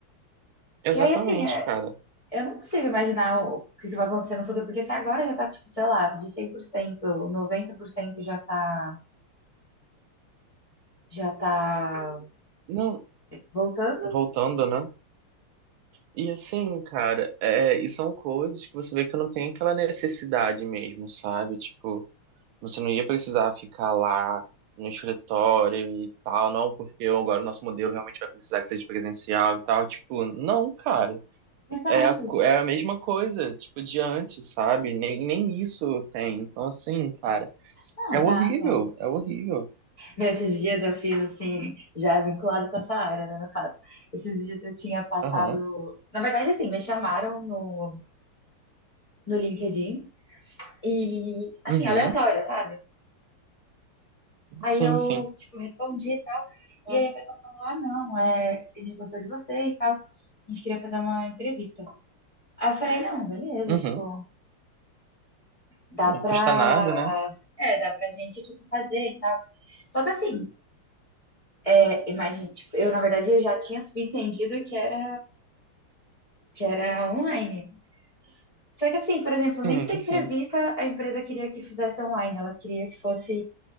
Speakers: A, on the right; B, on the left.
A: Exatamente,
B: E aí, assim, é,
A: cara.
B: eu não consigo imaginar o, que que vai acontecer no futuro, porque se agora já tá, tipo, sei lá, de 100%, 90% já tá já tá
A: Não,
B: voltando.
A: voltando, né? E assim, cara, é, e são coisas que você vê que não tem aquela necessidade mesmo, sabe? Tipo, você não ia precisar ficar lá no escritório e tal, não, porque agora o nosso modelo realmente vai precisar que seja presencial e tal. Tipo, não, cara.
B: Exato.
A: É a, co- é a mesma coisa, tipo, de antes, sabe? Nem, nem isso tem. Então, assim, cara,
B: Não,
A: é
B: exato.
A: horrível, é horrível.
B: Esses dias eu fiz assim, já vinculado com essa área, né, no caso. Esses dias eu tinha passado.
A: Aham.
B: Na verdade, assim, me chamaram no, no LinkedIn e, assim,
A: Uhum.
B: aleatório, sabe? Aí
A: Sim,
B: eu,
A: sim.
B: tipo, respondi e tal. E aí a pessoa falou: ah, não, é, a gente gostou de você e tal. A gente queria fazer uma entrevista. Aí eu falei: não, beleza,
A: Uhum.
B: tipo, dá
A: Não
B: pra.
A: custa nada, né?
B: É, dá pra gente, tipo, fazer e tal. Só que assim, é, imagina, tipo, eu, na verdade, eu já tinha subentendido que era que era online. Só que assim, por exemplo,
A: Sim,
B: nem para entrevista
A: sim.
B: a empresa queria que fizesse online, ela queria que fosse